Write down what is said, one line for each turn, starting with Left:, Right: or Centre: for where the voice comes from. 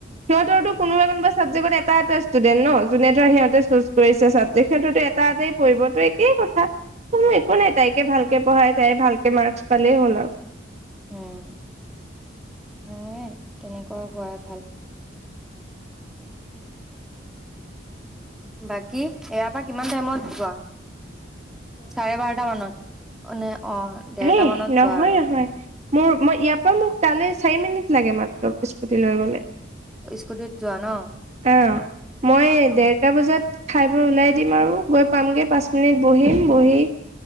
Right: সিহঁতৰ টো কোনোবা কোনোবা চাবজেক্টত এটা এটা ষ্টুডেণ্ট ন'। যোনে ত' সিহঁতে চুজ কৰিছে চাবজেক্ট সেইটোত এটা এটাই পৰিব ত' একেই কথা। কোনো একো নাই, তাইকে ভালকে পঢ়াই তাই ভালকে মাৰ্কচ পালেই হ'ল আৰু।
Centre: উম, হয়। তেনেকুৱা হোৱাই ভাল। বাকী ইয়াৰ পৰা কিমান টাইমত ৱা! চাৰে বাৰটা মানত। <unintelligible> দেৰটা
Right: সেই
Centre: মানত
Right: নহয়
Centre: যোৱা আৰু
Right: নহয়, মোৰ ইয়াৰ পৰা মোক তালৈ চাৰি মিনিট। লাগে মাত্ৰ, স্কুটি লৈ গ'লে।
Centre: স্কুটিত যোৱা ন
Right: অ'! মই
Centre: অ।
Right: ডেৰটা বজাত খাই বৈ ওলাই দিম আৰু গৈ পামগে, পাঁচ মিনিট বহিম, বহি